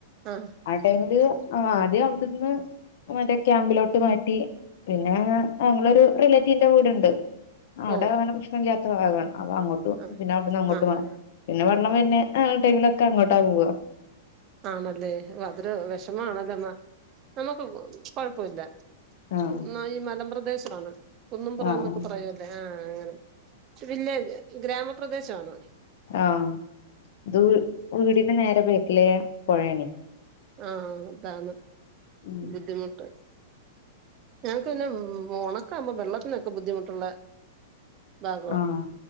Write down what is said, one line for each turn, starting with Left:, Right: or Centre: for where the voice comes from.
Right: ആഹ് ആഹ്
Left: അ. ടൈമില് ആദ്യം അവിടുന്ന് മറ്റെ ക്യാമ്പിലോട്ട് മാറ്റി. പിന്നെ ഞങ്ങളൊരു റിലേറ്റീവിന്റെ വീടുണ്ട്. അവിടെ
Right: ഓ
Left: അങ്ങനെ പ്രശ്നം ഇല്ലാത്ത ഭാഗാണ് അപ്പൊ അ. ട്ടു.
Right: ആഹ്
Left: പിന്നെ അവിട്ന്ന് അങ്ങോട്ട്
Right: ആഹ്
Left: മാറി. പിന്നെ വള്ളം വര്ന്ന ആ ടൈമിലൊക്കെ അങ്ങോട്ടാ പോവ.
Right: ആണെല്ലേ. അതൊരു വെഷമാമാണല്ലോമ്മ നമ്മുക്ക് കൊഴപ്പുല്ല.
Left: ആഹ്
Right: ഇന്നാ ഈ മലമ്പ്രദേശാണ്. കുന്നപുറം
Left: ആഹ്
Right: എന്നൊക്കെ പറയ്വല്ലേ. ആഹ് അങ്ങനെ. ഇന്നട്ട് പിന്നെ ഗ്രാമപ്രദേശാണ്.
Left: ആഹ്. ഇത് വീ വീടിന് നേരെ ബേക്ക്ലേ പൊഴേണെ.
Right: ആഹ് അതാണ്
Left: ഉം
Right: ബുദ്ധിമുട്ട്. ഞങ്ങക്ക് പിന്നെ ഒണക്കാകുമ്പോ വെള്ളത്തിനൊക്കെ ബുദ്ധിമുട്ട്ള്ള. ഭാഗവാ.
Left: ആഹ്